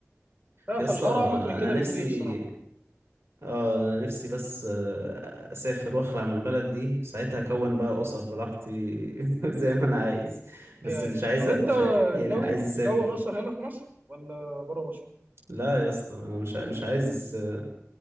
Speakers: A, on the right; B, on the right.
A: ف- فالحوار
B: يا اسطى
A: اعمق من كده
B: انا نفسي
A: بكتير الصراحه
B: اه انا نفسي بس آه، اسافر واخلع من البلد دي ساعتها اكون بقى اسر براحتي <laughs> زي ما انا عايز بس
A: ايوه ايوه
B: مش عايز
A: طب
B: مش
A: انت
B: ع... يعني
A: ناوي
B: عايز اسافر
A: تكون اسر هنا في مصر ولا بره مصر؟
B: لا يا اسطى انا مش ع- مش عايز آه،